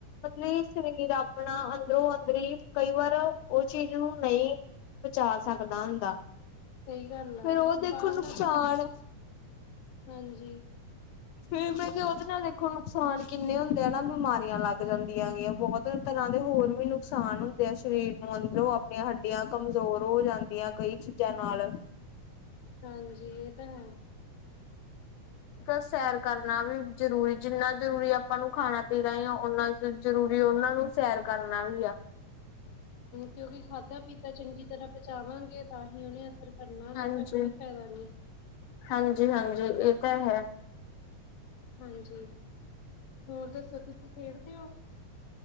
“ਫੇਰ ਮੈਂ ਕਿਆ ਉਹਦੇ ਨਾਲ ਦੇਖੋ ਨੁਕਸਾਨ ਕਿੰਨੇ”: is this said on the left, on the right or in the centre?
Left